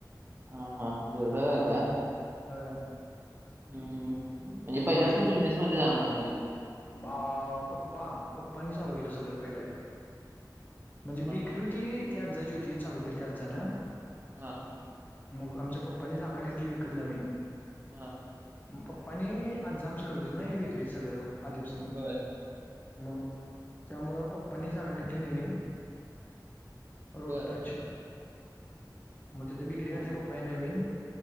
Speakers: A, on the right; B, on the left.
A: हम हम एवढं आहे
B: अस
A: काय
B: होय
A: हम्म म्हणजे
B: ते माग
A: पहिल्याच ना बिझनेसमध्येच हाय म्हणा तुम्ही
B: बा पप्पा पप्पानी चालू केलं सगळं पहिलं या. म्हणजे
A: हा
B: बेकरी
A: हा
B: होती, ति अज्जाची होती चालू केली होती आज्जाने
A: हा.
B: मग आमच्या पप्पानी जागा घेतली विकत नवीन
A: हा.
B: मग पप्पाने आज <unintelligible> आमच्याकड नहीं विक्री सगळं आधीपासन
A: बर
B: मग त्यामुळं पप्पांनी जागा घेतली नवीन. रोड
A: बर
B: टच, म्हणजे तिथ बेकरी
A: हा
B: घातली
A: हा
B: पप्पानि नवीन